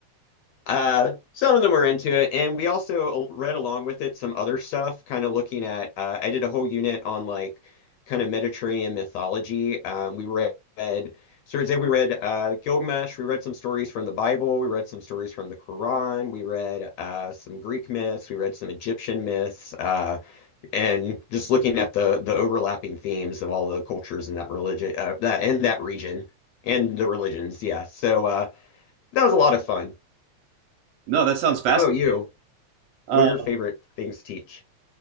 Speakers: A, on the left; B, on the right.
A: Uh, some of them were into it, and we also read along with it some other stuff, kind of looking at. Uh, I did a whole unit on like kind of Mediterranean mythology. Um, we read, so for example, we read uh, Gilgamesh. We read some stories from the Bible. We read some stories from the Quran. We read uh, some Greek myths. We read some Egyptian myths, uh, and just looking at the the overlapping themes of all the cultures in that religion, uh, that in that region, and the religions. Yeah, so uh, that was a lot of fun.
B: No, that sounds fascinating.
A: How about you?
B: Uh,
A: What are your favorite things to teach?